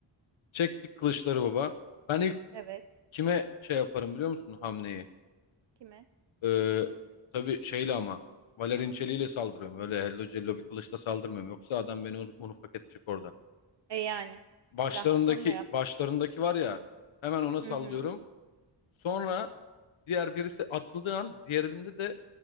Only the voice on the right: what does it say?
Evet.
Kime?
E yani.
Bir zahmet onunla yap.
Hı hı.